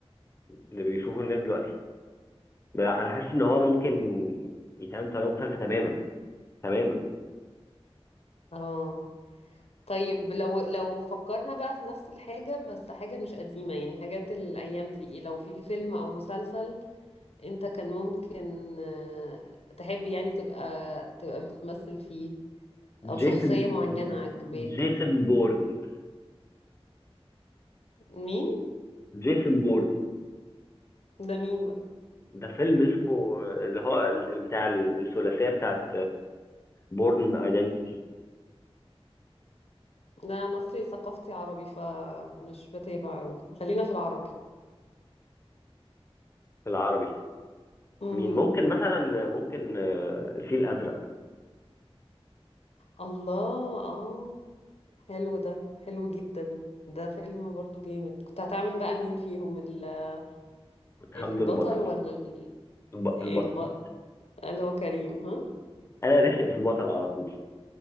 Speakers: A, on the left (about 25°); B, on the left (about 80°).
A: اللي بيشوفه الناس دلوقتي لا انا حاسس ان هو ممكن يتعمل بطريقة مختلفة تماما تماما
B: اه طيب لو لو فكرنا بقى في نفس الحاجة بس حاجة مش قديمة يعني حاجات الايام دي إيه؟ لو في فيلم او مسلسل انت كان ممكن آه، تحب يعني تبقى تبقى بتمثل فيه
A: جيسون
B: او شخصية معينة عجباك
A: جيسون
B: مثلا
A: بورن
B: مين
A: جيسون بورن
B: ده مين بقى
A: ده فيلم اسمه اللي هو ال- ال- بتاع ال- الثلاثية بتاعت بورن ايدنتيتي
B: لا انا اصلي ثقافتي عربي فمش بتابع قوي خلينا في العربي
A: في العربي
B: امم
A: مين ممكن مثلا ممكن آه، الفيل الازرق
B: الله اه حلو ده حلو جدا ده فيلم برضو جامد كنت هتعمل بقى مين فيهم ال-
A: حمد
B: البطل
A: البطل
B: ولا ال...
A: الب...
B: إيه
A: البطل
B: الب... اللي هو كريم ها
A: انا رشق في البطل على طول